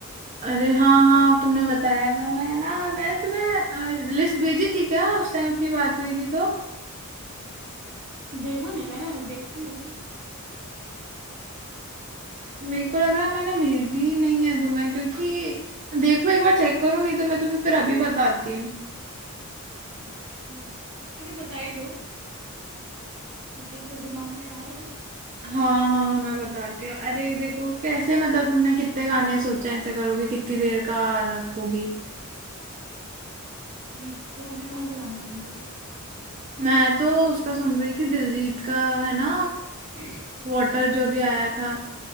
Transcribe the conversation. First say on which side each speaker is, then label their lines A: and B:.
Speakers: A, on the right; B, on the right.
A: अरे हाँ हाँ तुमने बताया था मैं ना मैं तुम्हें लिस्ट भेजी थी क्या उस टाइम अपनी बात हुई थी तो
B: देखा नहीं मैंने देखती हूँ
A: मेरे को लग रहा है मैंने भेजी ही नहीं है तुम्हें क्योंकि देखो एक बार चेक करो नहीं तो मैं तुम्हें फिर अभी बताती हूँ
B: अच्छा अरे बता ही दो कुछ अगर दिमाग में आ रहा है ना
A: हाँ हाँ हाँ, मैं बताती हूँ अरे देखो कैसे मतलब तुमने कितने गाने सोचे हैं, ऐसे करोगे कितनी देर का रखोगी
B: हम्म, तुम अभी कौन सा गाना सुन रही
A: मैं तो उसका सुन रही थी दिलजीत का है ना
B: थी
A: वाटर जो भी आया था